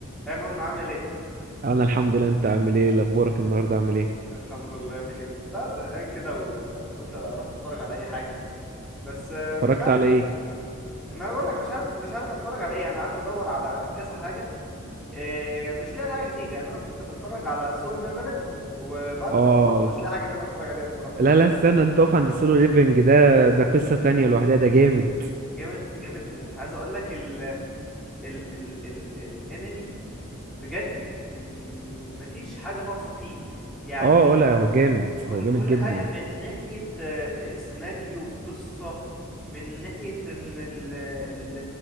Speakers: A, in the centre; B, on the right.
A: يا منى عامل ايه؟
B: انا الحمد لله انت عامل ايه اخبارك النهارده عامل ايه
A: الحمد لله بخير كنت قاعد زهقان كده وقلت اروح اتفرج على اي حاجه بس آه،
B: اتفرجت
A: مش عارف
B: على ايه
A: ما انا بقول لك مش عارف مش عارف اتفرج على ايه يعني قعدت ادور على كذا حاجه إيه مش لاقي حاجه جديده يعني انا كنت بتفرج على سولو ليفلنج وبعد
B: اه
A: ما خلصته مش لاقي حاجه تانية اتفرج عليها بصراحه
B: لا لا استنى انت اقف عند السولو ليفنج ده ده قصة تانية لوحدها ده جامد
A: جامد جامد موت عايز اقول لك ال ال ال ال الانمي بجد مم، مفيش حاجه ناقصه فيه يعني
B: اه ولا هو جامد
A: كل
B: هو جامد
A: كل
B: جدا
A: حاجة من ناحية آه، سيناريو وقصة من ناحية ان ال ال